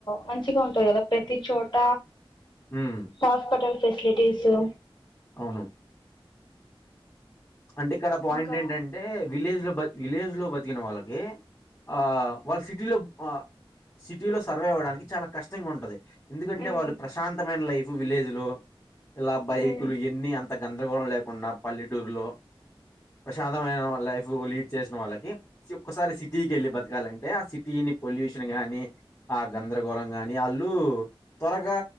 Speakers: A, on the left; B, on the left.
A: మంచిగా ఉంటంది కదా ప్రతి చోట
B: ఉమ్,
A: హాస్పిటల్ ఫెసిలిటీసు
B: అవును అంటె ఇక్కడ పాయింట్
A: ఇంకా
B: ఏంటంటే విలేజ్లో బతి విలేజ్లో బతికిన వాళ్ళకి ఆ వాళ్ళు సిటీలో సిటీలో సర్వై్ అవ్వడానికి చాలా కష్టంగా ఉంటది ఎందుకంటే
A: ఉమ్
B: వాళ్ళు ప్రశాంతమైన లైఫ్ విలేజ్లో ఇలా బైకులు
A: ఉమ్
B: ఇన్ని అంత గ ఏ గోళ లేకుండా పల్లెటూరులో ప్రశాతమైన లైఫ్ లీడ్ చేసిన వాళ్ళకి ఒక్కసారి సిటీకి వెళ్ళి బతకాలంటే ఆ సిటీని పొలి ట్యూషన్ గాని ఆ గందరగోళం గాని వాళ్ళు త్వరగా